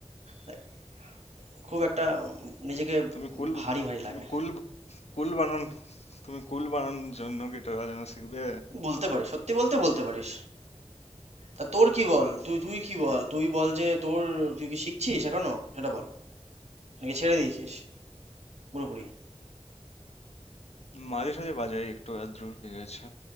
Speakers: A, on the right; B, on the left.
A: দেখ, খুব একটা উম, নিজেকে
B: তুমি কুল
A: ভারী ভারী
B: তুমি
A: লাগে
B: কুল কুল বানান তুমি কুল বানানোর জন্য গিটার বাজানো শিখবে
A: বলতে পারিস সত্যি বলতে বলতে পারিস তা তোর কি বল তুই তুই কি বল তুই বল যে তোর তুই কি শিখছিস এখনো সেটা বল নাকি ছেড়ে দিয়েছিস পুরোপুরি
B: মাঝে সাঝে বাজাই একটু আধটু ঠিক আছে